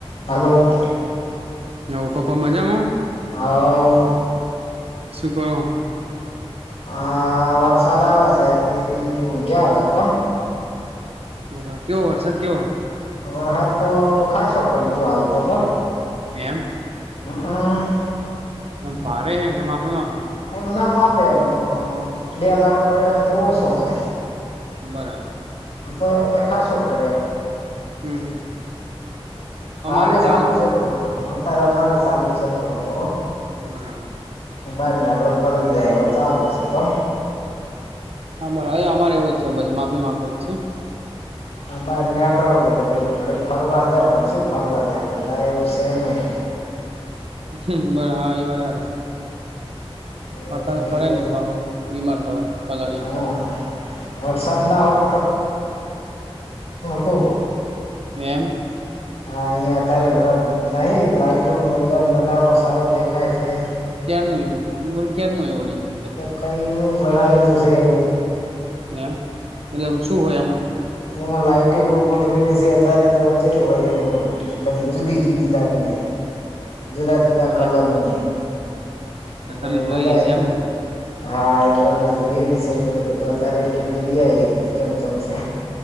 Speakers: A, on the left; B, on the right.
A: Hello.
B: એવુ પપ્પા મજામાં
A: હ.
B: શું કરો
A: હ વરસાદ આવે સે તે ઊંઘ્યા હતા કો
B: બોલો કેવો હો વરસાદ કેવો હો?
A: વરહાદ તો ખાંસો પડી ગયો હાલ તો કો
B: એમ.
A: હમ્મ.
B: ભારે હે કે માાપે માપે
A: એનું નામ આપે એમ તો પણ બે દાડો પડે એનથી ઓસો શે.
B: બરાબર.
A: તો એમ તો ખાશો પડે એમ
B: હમ હમ અમારે
A: હાલે સાલુ
B: ચાલુ
A: સે.
B: જ
A: ઓ અતારે અમારે ચાલુ સે થોડો થોડો
B: બરાબર.
A: બહાર નેકળો તો પલળી જાય એવો ચાલુ સે કો
B: <unintelligible> હવે અમારે એવું જ સે બસ માફી માફી જ છે.
A: હા બહાર નીકળવો તો કે ઘડી ફરવા જ પણ શું ફરવા જાય કોઈ જાય એવું સે નહીં
B: હમ્મ બરા હા એ <unintelligible>
A: એ
B: અ તને
A: કીધું
B: ફરાય ની પણ બીમાર થવાય પલાળએ
A: હા
B: તો.
A: વરસાદ ના હોત તો <unintelligible>
B: એમ.
A: હા અહિયાં અત્યારે બધું નહીં લાઈટંગ નજારો સારો દેખાય સે.
B: ક્યારનું એવું ક્યારેારનું આવું વળી ગયું સે.
A: કંઈનું બનાવેેલું છે એવું.
B: એમ એટલેમ શું હોય એમાં
A: એમાં લાઇટીંગો ગોઠવીત્યારે તો <unintelligible> બધી જુદી જુદી જાતની જુદા જુદા કલરની.
B: એમ
A: અને
B: તમે જોઈ
A: મજા આય
B: છે
A: જાય.
B: એમને
A: હા એક દોમ ના જોઈ લી સે એટલે કે અતારે કે જઈઆઈએ ચમચમ સે.